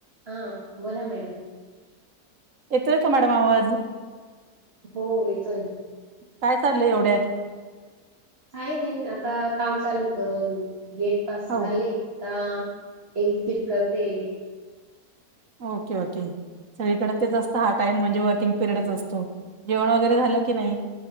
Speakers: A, on the right; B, on the right.
A: हा बोला मॅडम
B: एत का मॅडम आवाज
A: हो येतोय
B: काय चाललंय एवढ्यात
A: काही नाही आता काम चालूत गेट पास
B: हो
A: झाले आ एक्झिट करते
B: ओके ओके सगळीकडे तेच असतं हा टाइम म्हणजे वर्किंग पिरियडच असतो जेवण वगैरे झालं की नाही